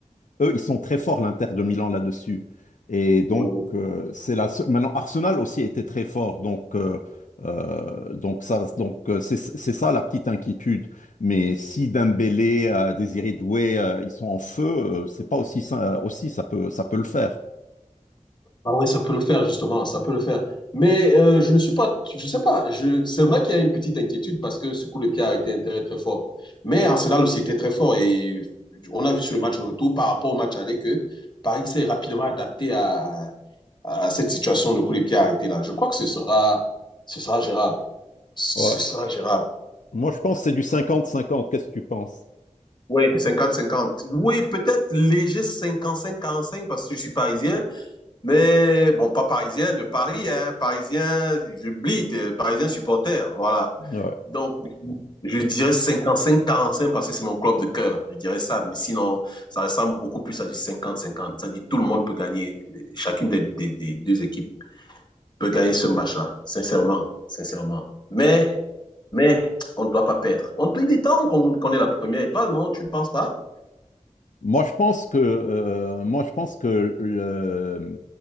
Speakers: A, on the left; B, on the left.
A: eux, ils sont très forts, l'Inter de Milan, là-dessus. Et donc,
B: Oui,
A: euh, c'est la seule- Maintenant, Arsenal aussi était très fort. Donc, euh, euh, donc ça, donc euh, c'est c'est ça la petite inquiétude. Mais si Dembélé, euh, Désiré Doué, euh, ils sont en feu, euh, c'est pas aussi, ça- aussi ça peut, ça peut le faire.
B: Ah oui, ça peut le faire, justement, ça peut le faire. Mais euh, je ne suis pas, je sais pas, je, c'est vrai qu'il y a une petite inquiétude parce que ce coup de pied a été intérêt très fort. Mais Arsenal aussi était très fort et on a vu sur le match retour par rapport au match aller que Paris s'est rapidement adapté à, à cette situation de coup de pied arrêté là. Je crois que ce sera, ce sera gérable. Ce
A: Ouais.
B: sera gérable.
A: Moi, je pense que c'est du cinquante-cinquante. Qu'est-ce que tu penses?
B: Oui, cinquante, cinquante. Oui, peut-être léger 55 cinq parce que je suis parisien, Mais bon, pas parisien, de Paris, hein, parisien, j'oublie, parisien supporter, voilà.
A: Ouais.
B: Donc, je dirais 55-45 parce que c'est mon club de cœur, je dirais ça. Mais sinon, ça ressemble beaucoup plus à du 50-50. Ça dit tout le monde peut gagner, chacune des, des, des deux équipes peut gagner ce match-là, sincèrement, sincèrement. Mais, mais, on ne doit pas perdre. On peut des temps qu'on qu est la première étoile, non Tu ne penses pas
A: Moi, je pense que, euh, moi, je pense que le-